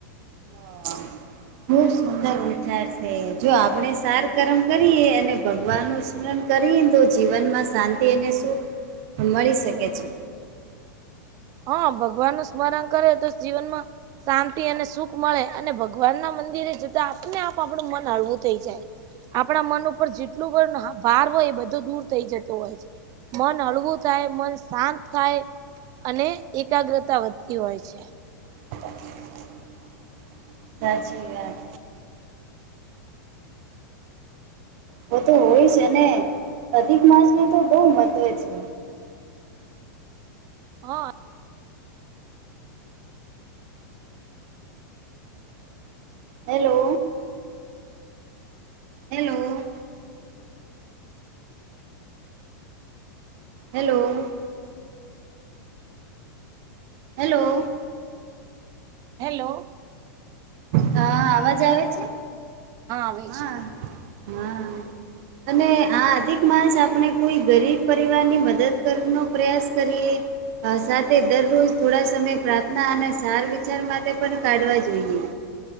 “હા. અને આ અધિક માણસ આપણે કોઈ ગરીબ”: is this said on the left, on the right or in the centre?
Right